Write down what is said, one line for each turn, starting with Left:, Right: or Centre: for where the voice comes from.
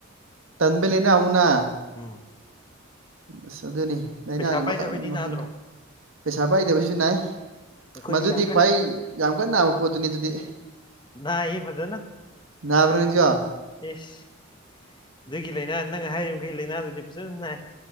Right: ꯇꯟꯕꯩ ꯂꯩꯅꯥ ꯑꯃꯨꯛ ꯅꯥ
Left: ꯎꯝ
Right: ꯑꯂ ꯑꯗꯨꯅꯦ ꯂꯩꯅꯥꯁꯦ
Left: ꯄꯩꯁꯥ ꯄꯥꯏꯗꯕꯩꯗꯤ
Right: ꯃꯈꯟ
Left: ꯅꯥꯗ꯭ꯔꯣ
Right: ꯃꯈꯟꯅꯤ ꯄꯩꯁꯥ ꯄꯥꯏꯗꯕꯩꯁꯨ ꯅꯥꯏ
Left: ꯑꯩꯈꯣꯏꯗꯤ
Right: ꯃꯗꯨꯗꯤ
Left: ꯌꯥꯝ ꯀꯟꯅ
Right: ꯈ꯭ꯋꯥꯏ ꯌꯥꯝ ꯀꯟꯅ ꯅꯥꯕ ꯄꯣꯠꯇꯨꯅꯤ ꯑꯗꯨꯗꯤ
Left: ꯅꯥꯏꯌꯦ ꯐꯖꯅ
Right: ꯅꯥꯕ꯭ꯔꯥ
Left: ꯄꯩꯁꯥ
Right: ꯅꯡꯖꯨ
Left: ꯄꯥꯏ ꯏꯁ ꯑꯗꯨꯒꯤ ꯂꯥꯏꯅꯥ ꯅꯪ ꯍꯥꯏꯔꯤꯕꯩꯒꯩ ꯂꯥꯏꯅꯥꯗꯨꯗꯤ ꯐꯖꯅ ꯅꯥꯏ